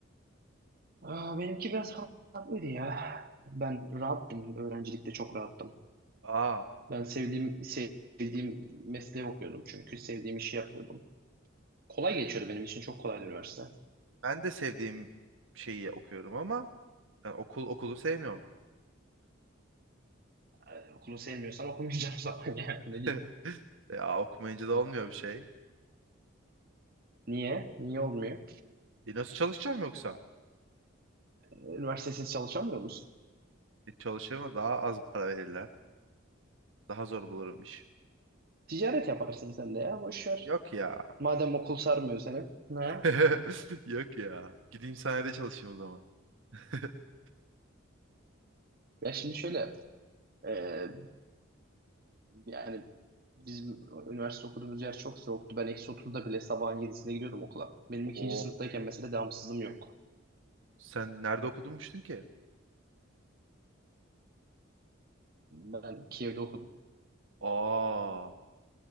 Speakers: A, on the right; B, on the right.
A: Aa, benimki biraz farklıydı ya. Ben rahattım. Öğrencilikte çok rahattım.
B: Aa,
A: Ben sevdiğim sevdiğim mesleği okuyordum çünkü sevdiğim işi yapıyordum. Kolay geçiyordu benim için çok kolaydı üniversite.
B: ben de sevdiğim şeyi okuyorum ama ben okul okulu sevmiyorum.
A: Ee, okulu sevmiyorsan okumayacaksın <laughs> zaman yani ne
B: <laughs>
A: diyeyim.
B: Ya okumayınca da olmuyor bir şey.
A: Niye? Niye olmuyor?
B: E nasıl çalışacağım yoksa?
A: Ee, Üniversitesiz çalışamıyor musun?
B: E, çalışırım da daha az para verirler. Daha zor bulurum iş.
A: Ticaret yaparsın sen de ya boş ver.
B: Yok ya.
A: Madem okul sarmıyor seni. Ha?
B: <laughs> Yok ya. Gideyim sahnede çalışayım o zaman. <laughs>
A: Ya şimdi şöyle e, yani Bizim üniversite okuduğumuz yer çok soğuktu. Ben eksi 30'da bile sabahın yedisinde gidiyordum okula. Benim
B: Oo.
A: ikinci sınıftayken mesela devamsızım yok.
B: Sen nerede okudunmuştun ki?
A: Ben Kiev'de okudum.
B: Aa.